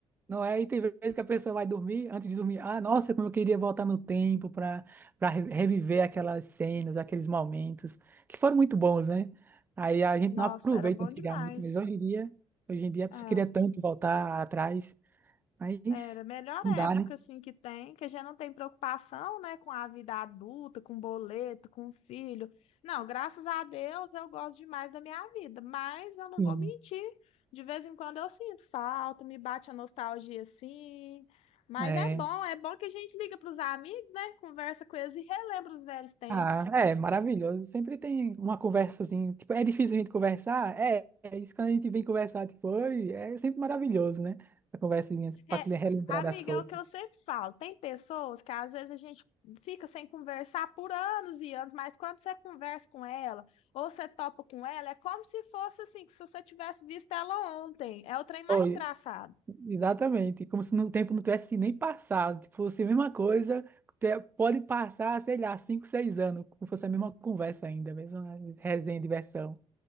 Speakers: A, on the right (about 20°); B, on the left (about 75°).
A: Não é, e tem vezes que a pessoa vai dormir, antes de dormir, ah, nossa, como eu queria voltar no tempo para para reviver aquelas cenas, aqueles momentos, que foram muito bons, né? Aí a gente
B: Nossa,
A: não aproveita
B: era bom
A: antigamente,
B: demais.
A: mas hoje em dia, hoje em dia a
B: É,
A: pessoa queria tanto voltar atrás, mas
B: era a melhor
A: não
B: época
A: dá, né?
B: assim que tem, que a gente não tem preocupação, né, com a vida adulta, com boleto, com filho. Não, graças a Deus eu gosto demais da minha vida, mas eu não
A: Sim,
B: vou mentir, de vez em quando eu sinto falta, me bate a nostalgia assim. Mas
A: é.
B: é bom, é bom que a gente liga para os amigos, né, conversa com eles e relembra os velhos tempos.
A: Ah, é maravilhoso. Sempre tem uma conversa assim. Tipo, é difícil a gente conversar? É, é isso quando a gente vem conversar, tipo, oi, é sempre maravilhoso, né? A conversinha para
B: É,
A: se relembrar
B: amiga,
A: das coisas.
B: é o que eu sempre falo. Tem pessoas que às vezes a gente fica sem conversar por anos e anos, mas quando você conversa com ela ou você topa com ela, é como se fosse assim, que se você tivesse visto ela ontem. É o trem mais
A: Oi,
B: engraçado.
A: exatamente. Como se no- o tempo não tivesse nem passado. Tipo, fosse a mesma coisa, te- pode passar, sei lá, cinco, seis anos, como fosse a mesma conversa ainda, a mesma resenha, diversão.